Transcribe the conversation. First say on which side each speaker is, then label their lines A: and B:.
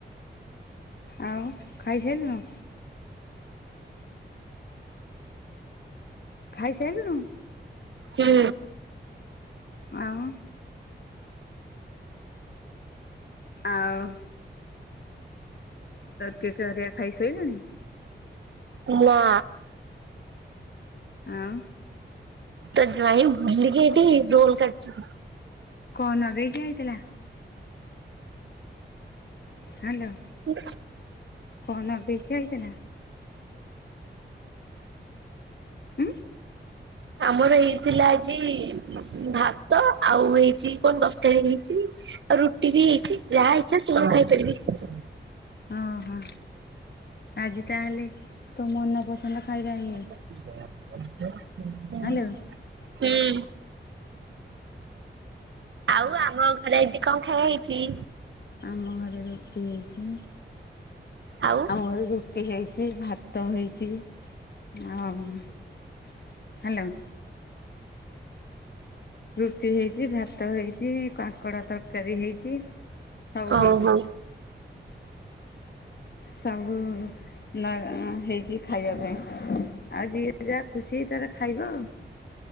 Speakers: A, on the left; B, on the right.
A: ଆଉ ଖାଇସାରିଲୁନୁ? ଖାଇସାରିଲୁନୁ?
B: ହୁଁ
A: ଆଉ ଆଉ <unintelligible> ଖାଇ ଶୋଇଲାଣି?
B: ମା
A: ଆଉ
B: ତ ଯାଇଁ ବୁଲିକି ଏଠି ରୋଲ କାଟୁଚି।
A: କଣ ଲଗେଇକି ଆଇଥିଲା? ହ୍ୟାଲୋ।
B: ହୁଁ।
A: କଣ ନଗେଇକି ଆଇଥିଲା? ଉଁ
B: ଆମର ଏଇ ଥିଲା ଆଜି ଭାତ ଆଉ ହେଇଛି କଣ ତରକାରୀ ହେଇଛି। ଆଉ ରୁଟି ବି ହେଇଛି ଯାହା ଇଛା ସେ ଖାଇପାରିବେ।
A: ଓହୋ ଆଜି ତାହେଲେ ତୋ ମନପସନ୍ଦ ଖାଇବା ହେଇ
B: ହୁଁ।
A: ହ୍ୟାଲୋ
B: ଆଉ ଆମ ଘରେ ଆଜି କଣ ଖାଇବା ହେଇଛି?
A: ଆମ ଘରେ ରୁଟି ହେଇଛି।
B: ଆଉ
A: ଆମ ଘରେ ରୁଟି ହେଇଛି। ସେ ଭାତ ହୋଇଛି। ଆଉ ହ୍ୟାଲୋ। ରୁଟି ହେଇଛି ଭାତ ହେଇଛି କାଙ୍କଡ଼ ତରକାରୀ ହେଇଛି। ସବୁ
B: ଓହୋ
A: ହେଇଚି। ସବୁ ନ ହେଇଛି ଖାଇବା ପାଇଁ। ଆଉ ଯିଏ ଯାହା ଖୁସି ତାର ଖାଇବ।